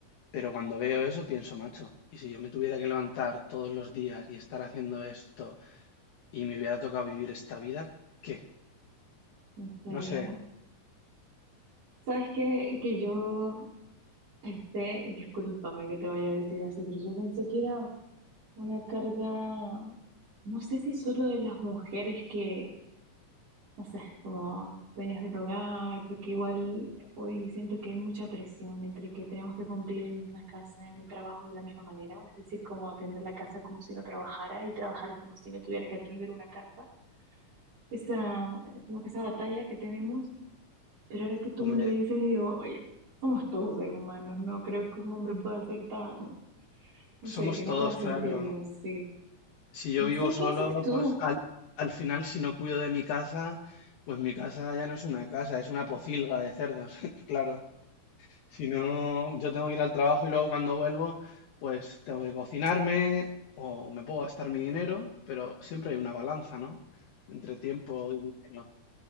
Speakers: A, on the left; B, on the right.
A: pero cuando veo eso pienso, macho, y si yo me tuviera que levantar todos los días y estar haciendo esto y me hubiera tocado vivir esta vida, ¿qué?
B: En serio.
A: No sé.
B: ¿Sabes qué? Que yo pensé, discúlpame que te vaya a decir así, pero yo pensé que era una carga, no sé si solo de las mujeres que no sé, como dueñas del hogar, porque igual hoy siento que hay mucha presión entre que tenemos que cumplir en la casa, en el trabajo de la misma manera, es decir, como atender la casa como si no trabajara y trabajar como si no tuviera que atender una casa. Esa, como que esa batalla que tenemos, pero ahora que tú
A: Hombre,
B: me lo dices, digo, oye, somos todos seres humanos, no creo que un hombre pueda ser tan, no sé,
A: somos
B: que no
A: todos,
B: pueda sentirlo,
A: claro.
B: sí.
A: Si yo
B: No
A: vivo
B: sé
A: solo,
B: qué haces tú.
A: pues al, al final si no cuido de mi casa, pues mi casa ya no es una casa, es una pocilga de cerdos, <laughs> claro. Si no, yo tengo que ir al trabajo y luego cuando vuelvo, pues tengo que cocinarme o me puedo gastar mi dinero, pero siempre hay una balanza, ¿no? Entre tiempo y dinero.